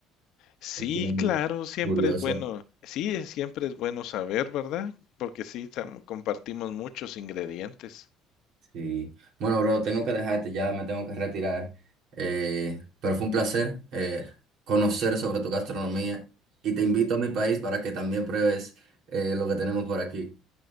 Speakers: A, on the left; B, on the right.
A: Sí,
B: es bien
A: claro, siempre
B: curioso.
A: es bueno. Sí, es- siempre es bueno saber, ¿verdad? Porque sí, tam- compartimos muchos ingredientes.
B: Sí. Bueno, bro, tengo que dejarte ya, me tengo que retirar. Eh, pero fue un placer eh, conocer sobre tu gastronomía y te invito a mi país para que también pruebes eh, lo que tenemos por aquí.